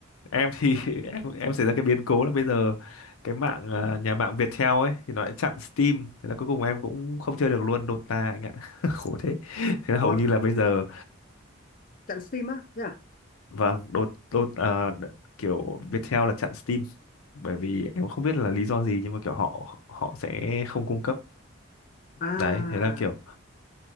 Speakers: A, on the left; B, on the left.
A: em thì <laughs> em em xảy ra cái biến cố là bây giờ cái mạng ờ, nhà mạng Viettel ấy thì nó lại chặn Steam thế là cuối cùng em cũng không chơi được luôn Dota anh ạ <laughs> khổ thế thế là hầu
B: Ủa,
A: như là bây giờ
B: trận Steam á thế à
A: Vâng, đột đột à, đ- kiểu Viettel là chặn Steam bởi vì em không biết là lý do gì nhưng mà kiểu họ họ sẽ không cung cấp.
B: à
A: Đấy, thế là kiểu
B: <clears throat>